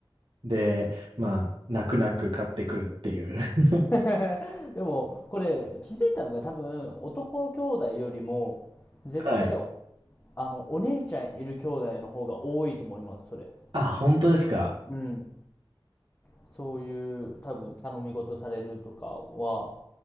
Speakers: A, on the right; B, on the left.
A: で、まあ、泣く泣く買ってくるっていう。<laughs>
B: <laughs> でも、これ、気づいたのが多分、男兄弟よりも、絶対、
A: はい。
B: あの、お姉ちゃんいる兄弟の方が多いと思います、それ。
A: あ、本当ですか。
B: うん。そういう、多分、頼み事されるとかは、